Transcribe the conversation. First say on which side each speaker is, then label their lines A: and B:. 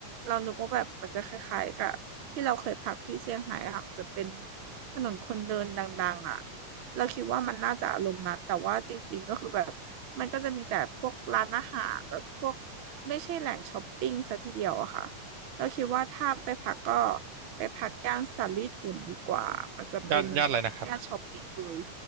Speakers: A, on the right; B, on the right.
A: เรานึกว่าแบบมันจะคล้ายๆกับที่เราเคยพักที่เซี่ยงไฮ้อะค่ะมันจะเป็นถนนคนเดินดังๆอะ เราคิดว่ามันน่าจะอารมณ์นั้นแต่ว่าจริงๆก็คือแบบมันก็จะมีแต่พวกร้านอาหารแบบพวกไม่ใช่แหล่งช้อปปิ้งซะทีเดียวอะค่ะเราคิดว่าถ้าไปพักก็ไปพักย่านซารีถุนดีกว่ามันจะเป็น
B: ย่านย่านอะไรนะครับ
A: ย่านช้อปปิ้งเลย